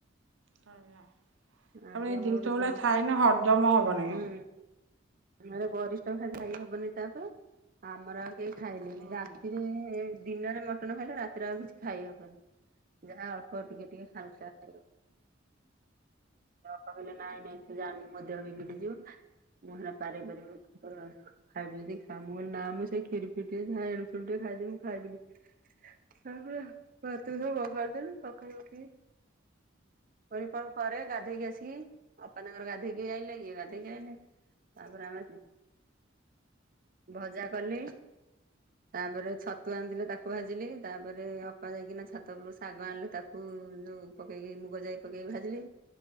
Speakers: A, on the right; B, on the right.
A: ତମେ
B: ଆଜି
A: ଏଇ
B: ଆମର
A: ଜିନଷ
B: ଗୋଟେ
A: ଗୁଡା
B: ଜହ୍ନ
A: ଖାଇନେ ହଜମ ହବନି।
B: ହୁଁ ଆମର ଗରିଷ୍ଠ ଖାଦ୍ୟ ଖାଇ ହବନି ତାପରେ, ଆମର ଆଉ କେହି ଖାଇଲେନେଇ।
A: ହଁ
B: ରାତିରେ ଦିନରେ ମଟନ ଖାଇଲେ ରାତିରେ ଆଉ କିଛି ଖାଇହବନି। ଯାହା ଅଳ୍ପ ଟିକେ ଟିକେ ହାଲକା ଖାଇବ। ଅପା କହିଲେ ନାଇଁ ନାଇଁ ତୁ ଜାଣିନୁ, ମୋ ଦେହ ବିଗିଡି ଯିବ ମୁଁ ହେରା ପାର ହେଇପାରିବ ଯଦି ତୁ ତୋର ଖାଇବୁ ଯଦି ଖା। ମୁଁ କହିଲି ନା ମୁଁ ସେ ଖିରି ଫିରି ଟିକେ ଯାହା ଏଣୁ ସେଣୁ ଟିକେ ଖାଇଦେବି ମୁଁ ଖାଇବି ବିଲି, ତାପରେ ଭାତ ସବୁ ପଖାଳି ଦେଲି ସକାଳୁ ଉଠିକି କହିଲି କଣ କରେ ଗାଧେଇକି ଆସିକି ଅପା ତାଙ୍କର ଗାଧେଇକି ଆଇଲେ, ଇଏ ଗାଧେଇକି ଆଇଲେ ତାପରେ ଆମେ ଭଜା କଲି ତାପରେ ଛତୁ ଆଣିଥିଲେ ତାକୁ ଭାଜିଲି। ତାପରେ ଅପା ଯାଇକିନା ଛାତ ଉପରୁ ଶାଗ ଆଣିଲେ ତାକୁ ଯୋଉ ପକେଇକି ମୁଗ ଯାଇ ପକେଇକି ଭାଜିଲି।